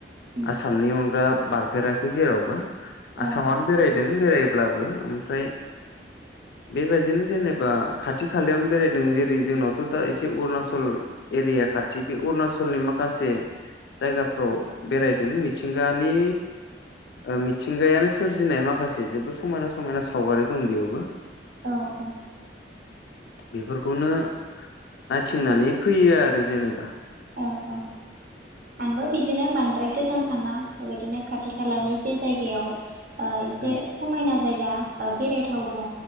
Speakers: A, on the right; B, on the left.
A: उम
B: आसामनि अनगा बार फेराखै जेरावबो आसामनो
A: औ
B: बेरायदों बेरायब्लाबो ओमफ्राय बेबायदिनो जेनेबा खाथि खालायावनो बेरायदों जेरै जोंनावथ' दा एसे अरुणाचल एरिया खाथि बे अरुणाचलनि माखासे जायगाफ्राव बेरायदों मिथिंगानि मिथिंगायानो सोरजिनाय माखासे जेबो समायना समायना सावगारि दं बेयावबो।
A: औ औ
B: बेफोरखौनो नायथिंनानै फैयो आरो जेनेबा।
A: औ औ आंबो बिदिनो बांद्राय गोजान थाङा बेबायदिनो खाथि खालानि जे जायगायाव ओ एसे
B: उम
A: समायना जायगा बेरायथाव दङ